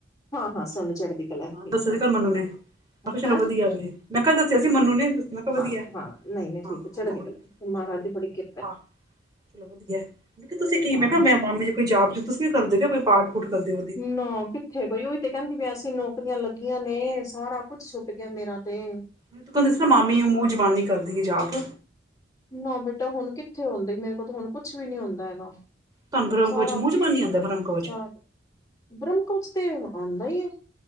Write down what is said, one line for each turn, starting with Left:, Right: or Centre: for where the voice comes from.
Left: ਹਾਂ, ਹਾਂ ਸਨ ਚੜ੍ਹਦੀ। ਕਲਾ
Right: ਹਾਂ,
Left: ਠੀਕ
Right: ਦੱਸਿਆ
Left: ਹੈ
Right: ਸੀ ਕਲ ਮੰਨੂੰ ਨੇ, ਮੈਂ ਕਿਹਾ ਚਲੋ
Left: ਹੈਂ
Right: ਵਧੀਆ, ਵ ਮੈਂ ਕਿਹਾ ਦੱਸਿਆ ਸੀ ਮੰਨੂੰ ਨੇ, ਮੈਂ ਕਿਹਾ ਵਧੀਆ।
Left: ਹਾਂ-ਹਾਂ ਹਾਂ, ਨਹੀਂ-ਨਹੀਂ
Right: ਹਾਂ
Left: ਠੀਕ ਏ, ਚੜ੍ਹਦੀ
Right: ਉਹੀ
Left: ਕਲਾ, ਮਹਾਰਾਜ
Right: ਚਲੋ ਵਧੀਆ
Left: ਦੀ ਬੜੀ ਕੀ
Right: ਆਹ ਚਲੋ ਵਧੀਆ, ਮੈਂ ਕਿਹਾ ਤੁਸੀਂ ਕੀ
Left: ਹਾਂ
Right: ਮੈਂ ਕਿਹਾ ਮੈਂ ਮਾਮ'ਚ ਕੋਈ ਜਾਪ-ਜੂਪ ਤੁਸੀਂ ਵੀ ਕਰਦੇ ਓ ਕੋਈ ਪਾਠ? ਉਠ ਕਰਦੇ ਓ
Left: ਨਾ, ਕਿੱਥੇ-ਕੋਈ ਉਹੀ ਤੇ ਕਹਿੰਦੀ ਪੀਆਂ, ਅਸੀਂ ਨੌਕਰੀਆਂ ਲੱਗੀਆਂ ਨੇ ਸਾਰਾ-ਕੁੱਛ ਛੁੱਟ ਗਿਆ, ਮੇਰਾ ਤੇ!
Right: ਤੂੰਸਦੀ ਕਿਸਤਰ੍ਹਾਂ ਮਾਮੀ ਓਹ ਮੂੰਹ ਜਬਾਨੀ ਕਰਦੀ ਏ, ਜਾਪ।
Left: ਨਾ ਬੇਟਾ ਹੁਣ ਕਿੱਥੇ ਹੋਂਦਾਈ, ਮੇਰੇ ਕੋਲ ਤਾਂ ਹੁਣ ਕੁਛ ਵੀ ਨਹੀਂ ਹੁੰਦਾ ਹੈਗਾ।
Right: ਤੁਹਾਨੁਂ ਬ੍ਰਹਮ-ਕਵਚ
Left: ਸਾਰਾ
Right: ਮੁੰਹ ਜਬਾਨੀ ਆਂਦਾ, ਬ੍ਰਹਮ-ਕਵਚ?
Left: ਸਾਰ ਬ੍ਰਹਮ ਕਵਚ ਤੇ, ਆਂਦਾ ਈਏ।